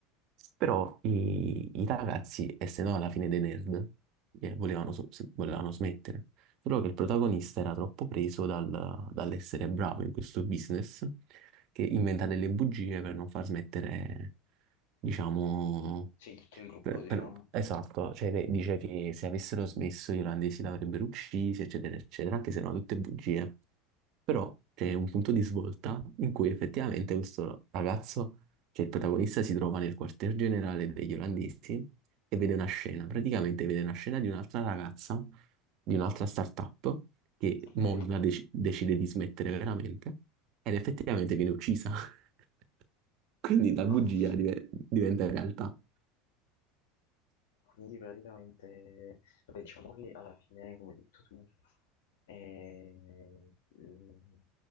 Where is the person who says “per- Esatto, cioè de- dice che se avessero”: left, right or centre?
Right